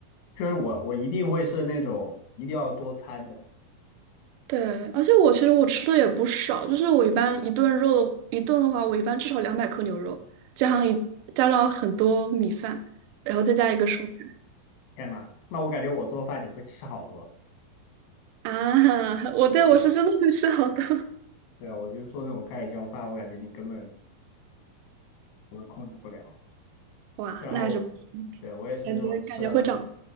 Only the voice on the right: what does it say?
对，而且我其实我吃的也不少，就是我一般一顿肉的一顿的话，我一般至少两百克牛肉，加上一加上很多米饭，然后再加一个蔬菜
啊，我对我是真的会吃好多，
<laughs> 哇，
那还是不行，
感觉感觉会长